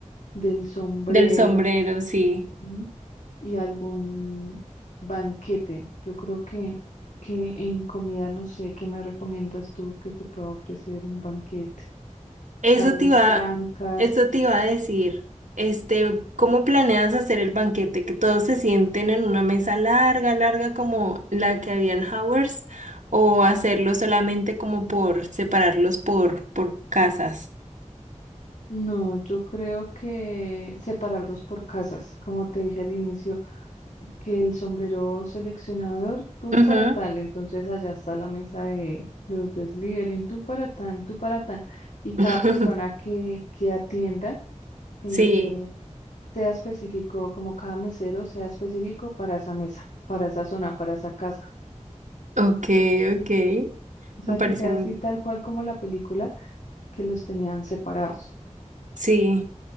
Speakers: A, on the left; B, on the right.
A: del sombrero
B: Del sombrero, sí.
A: ujú, y algún banquete. Yo creo que, que en comida, no sé, ¿qué me recomiendas tú que se pueda ofrecer un banquete?
B: Eso
A: Carnes
B: te iba,
A: blancas.
B: eso te iba a decir. Este, ¿cómo planeas hacer el banquete? ¿Que todos se sienten en una mesa larga, larga como la que había en Howard's? ¿O hacerlo solamente como por separarlos por, por casas?
A: No, yo creo que separarlos por casas, como te dije al inicio, que el sombrero seleccionador, tú
B: Ujú.
A: para tal, entonces allá está la mesa de los deslíderes, tú para tal, tú para tal, y cada
B: <laughs>
A: persona que, que atienda eh,
B: Sí,
A: sea específico, como cada mesero sea específico para esa mesa, para esa zona, para esa casa.
B: ok, ok,
A: O sea,
B: me parece
A: que sea
B: muy...
A: así tal cual como la película que los tenían separados.
B: Sí,